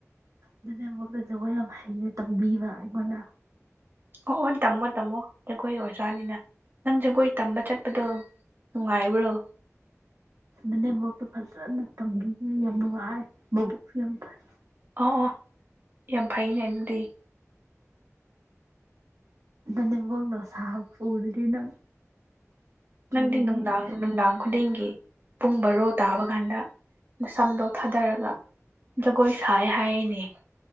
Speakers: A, on the right; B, on the right.
A: ꯅꯅꯦꯝ ꯕꯣꯛꯇꯣ ꯖꯒꯣꯏ ꯌꯥꯝ ꯍꯩꯩꯅ ꯇꯝꯕꯤꯕ ꯑꯩꯉꯣꯟꯗ
B: ꯑꯣ ꯑꯣ ꯇꯝꯃꯣ ꯇꯝꯃꯣ ꯖꯒꯣꯏꯒꯤ ꯑꯣꯖꯥꯅꯤꯅ ꯅꯪ ꯖꯒꯣꯏ ꯇꯝꯕ ꯆꯠꯄꯗꯣ ꯅꯨꯡꯉꯥꯏꯕ꯭ꯔꯣ
A: ꯅꯥꯅꯦꯝꯕꯣꯛ ꯇꯐꯖꯅ ꯇꯝꯕꯤꯌꯦ ꯌꯥꯝ ꯅꯨꯡꯉꯥꯏ ꯃꯕꯨꯛꯁꯨ ꯌꯥꯝ ꯐꯩ
B: ꯑꯣ ꯑꯣ ꯌꯥꯝ ꯐꯩꯅꯦ ꯅꯪꯗꯤ
A: ꯅꯦꯝꯕꯣꯛꯅꯥ ꯁꯥꯕ ꯄꯨꯔꯗꯤ ꯅꯪ ꯀꯤꯔꯅꯤ
B: ꯅꯪꯗꯤ ꯅꯨꯡꯗꯥꯡ ꯅꯨꯡꯗꯥꯡ ꯈꯨꯗꯤꯡꯒꯤ ꯄꯨꯡ ꯕꯔꯣ ꯇꯥꯕ ꯀꯥꯟꯗ ꯃ ꯁꯝꯗꯣ ꯊꯥꯗꯔꯒ ꯖꯒꯣꯏ ꯁꯥꯏ ꯍꯥꯏꯔꯤꯅꯦ